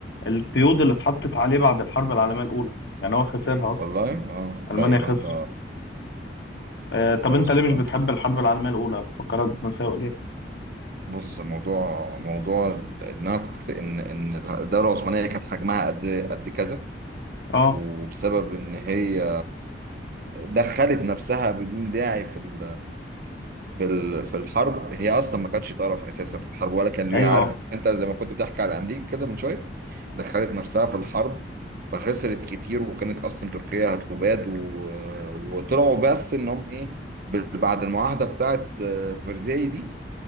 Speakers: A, on the left; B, on the right.
A: القيود اللي اتحطت عليه بعد الحرب العالميه الاولى يعني هو خسرها اصلا
B: والله اه لا
A: المانيا
B: يبقى
A: خسرت
B: انت
A: آه طب
B: خلاص
A: انت ليه
B: يبقى
A: مش بتحب
B: انت
A: الحرب العالميه الاولى فكرك بمساوئ ليه
B: بص موضوع موضوع ان انا كنت ان ان الدوله العثمانيه كانت حجمها قد قد كذا
A: اه
B: وبسبب ان هي دخلت نفسها بدون داعي في ال- في ال- في الحرب هي اصلا ما كانتش طرف اساسا في الحرب ولا كان ليها
A: ايوه
B: عارف انت زي ما كنت بتحكي على امريكا كده من شويه دخلت نفسها في الحرب فخسرت كتير وكانت اصلا تركيا هتباد و- وطلعوا بس ان هم ايه ب- بعد المعاهده بتاعت آه، فرساي دي